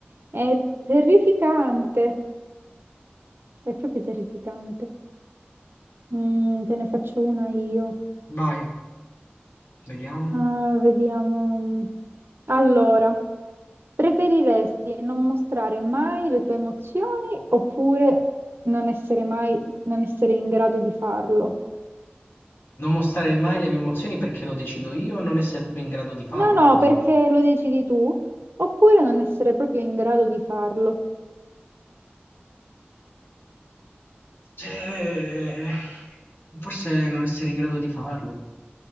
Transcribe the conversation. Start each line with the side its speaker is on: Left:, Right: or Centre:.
Right: è terrificante, è proprio terrificante. Mm, te ne faccio una io.
Left: Vai, vediamo.
Right: Ah, vediamo. Allora, preferiresti non mostrare mai le tue emozioni oppure non essere mai, non essere in grado di farlo?
Left: Non mostrare mai le mie emozioni perché lo decido io, non essere proprio in grado di farlo.
Right: No, no,
Left: Dici,
Right: perché lo decidi tu, oppure non essere proprio in grado di farlo.
Left: Eh, forse non essere in grado di farlo.